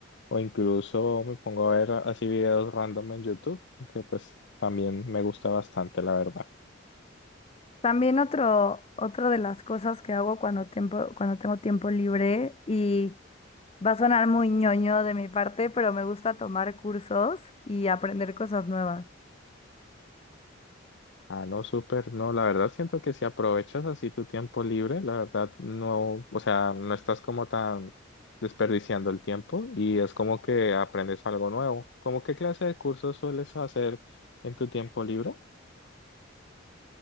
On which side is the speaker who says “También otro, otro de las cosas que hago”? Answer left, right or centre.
Left